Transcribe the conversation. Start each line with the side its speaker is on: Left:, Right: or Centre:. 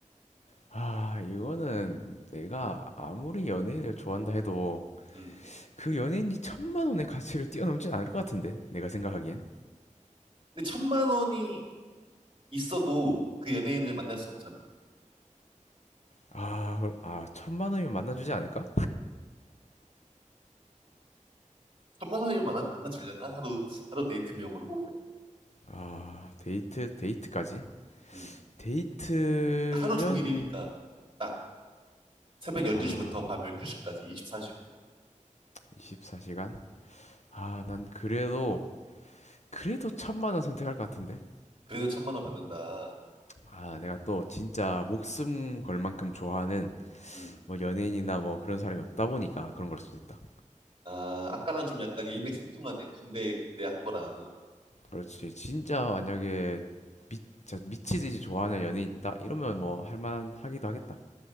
Left: 아, 이거는 내가 아무리 연예인을 좋아한다 해도
Right: 음.
Left: 그 연예인이 천만 원의 가치를 뛰어넘진 않을 것 같은데. 내가 생각하기엔.
Right: 근데 천만 원이 있어도 그 연예인을 만날 수 없잖아.
Left: 아, 그럼- 아, 천만 원이면 만나주지 않을까?
Right: 천만 원이면 만나, 만나주려나? 하루, 하루 데이트 비용으로?
Left: 아, 데이트, 데이트까지?
Right: 음.
Left: 데이트면,
Right: 하루 종일이니까
Left: 음,
Right: 딱 새벽 12시부터
Left: 아,
Right: 밤 12시까지 24시간.
Left: 24시간? 아, 난 그래도, 그래도 천만 원 선택할 것 같은데.
Right: 그래도 천만 원 받는다.
Left: 아, 내가 또 진짜 목숨 걸 만큼 좋아하는
Right: 음.
Left: 뭐 연예인이나 뭐 그런 사람이 없다 보니까 그런 걸 수도 있다.
Right: 아, 아까랑 좀 약간 일맥상통하네. 군대 그때 한 거랑.
Left: 그렇지. 진짜 만약에 미, 진짜 미치듯이 좋아하는 연예인이다. 이러면 뭐 할만하기도 하겠다.